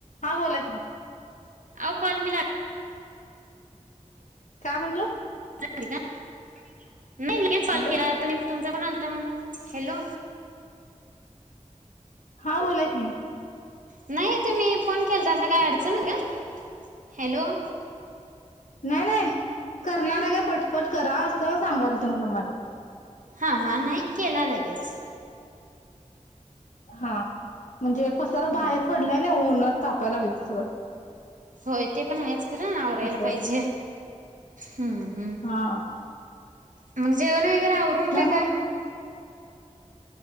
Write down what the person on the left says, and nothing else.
हा बोला कीं.
काय म्हणलं?
हॅलो
हा बोला कि,
नाही नाही. करणार
हाय काय पटपट करा, असं सांगालतो मी तुम्हाला.
हा म्हणजे पसारा
बाहेर पडलाय न्हवं उन्हात तापाय लागलंय सगळं.
असं
हा
नाही